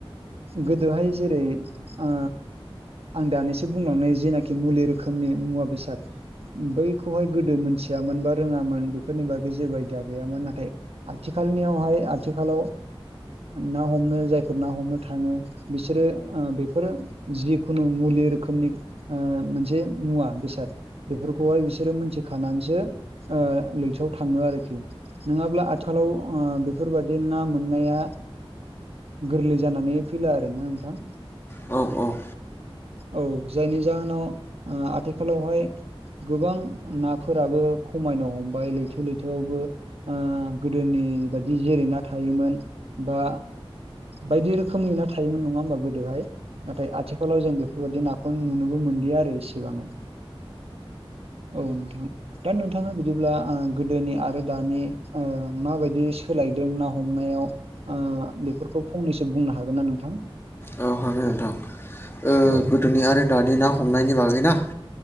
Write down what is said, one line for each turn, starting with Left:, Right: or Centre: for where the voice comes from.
Right: गोदोहाय जेरै आ आं दानिसो बुंलांनाय जेनाखि मुलि रोखोमनि मुवा बेसाद बैखौहाय गोदो मोनथियामोन बा रोङामोन बेफोरनि बागै जेबो आयदिया गैयामोन नाथाय आथिखालनियावहाय आथिखालाव ना हमनो जायफोर ना हमनो थाङो बिसोरो बेफोरो जिखुनु मुलि रोखोमनि मोनसे मुवा बेसाद बेफोरखौहाय बिसोरो मिथिखानानैसो लैथोआव थाङो आरोखि नङाब्ला आथिखालाव बेफोरबायदि ना मोननाया गोरलै जानानै फैला आरो ना नोंथां
Left: औ औ
Right: औ जायनि जाहोनाव आथिखालावहाय गोबां नाफोराबो खमायनो हमबाय लैथो लैथोआवबो गोदोनि बायदि जेरैना थायोमोन बा बायदि रोखोमनि ना थायोमोन नङा होमबा गोदोहाय नाथाय आथिखालाव जों बेफोरबायदि नाखौ नुनोबो मोनदि आरो इसेबां औ नोंथां दा नोंथाङा बिदिब्ला गोदोनि आरो दानि माबायदि सोलायदों ना हमनायाव बेफोरखौ फंनैसो बुंनो हागोन ना नोंथां
Left: औ हागोन नोंथां
Right: औ
Left: गोदोनि आरो दानि ना हमनायनि बागै ना